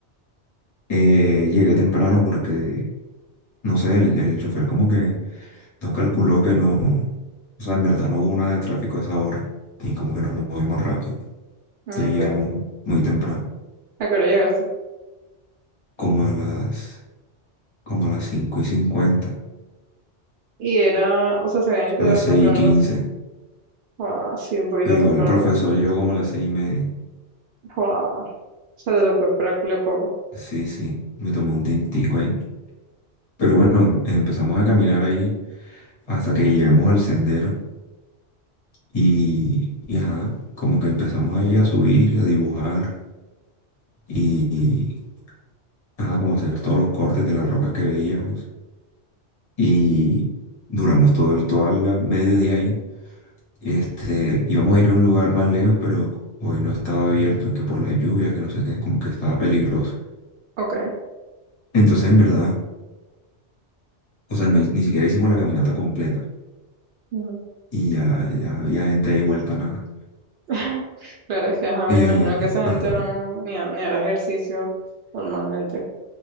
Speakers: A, on the left; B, on the right.
A: Eh, llegué temprano porque, no sé, el, el chofer como que no calculó que no, o sea, en verdad no hubo nada de tráfico a esa hora. Y como que nos movimos rápido. Entonces
B: Ok.
A: llegamos muy temprano,
B: ¿A qué hora llegaste?
A: como a las como a las 5 y 50,
B: Y era, o sea, se habían quedado
A: a las
B: a encontrarlas.
A: seis y quince,
B: Ah, sí, un poquito
A: Pero igual
B: temprano.
A: el profesor llegó como a las 6 y media.
B: Ah, o sea, te tocó esperarle poco.
A: Sí, sí, me tomé un tintico ahí. Pero bueno, em- empezamos a caminar ahí hasta que llegamos al sendero y, y ajá, como que empezamos ahí a subir, a dibujar y, y, ajá, como hacer todos los cortes de las rocas que veíamos. Y duramos todo el, todo el mediodía ahí. Este, íbamos a ir a un lugar más lejos, pero hoy no estaba abierto, que por la lluvia, que no sé qué, como que estaba peligroso.
B: Ok.
A: Entonces, en verdad, o sea, no- ni siquiera hicimos la caminata completa
B: ujú.
A: y ya, ya había gente ahí vuelta a nada.
B: <laughs> Claro, es que ajá,
A: Eh,
B: me imagino que esa
A: ajá,
B: gente no, ni, ha- ni hará ejercicio normalmente.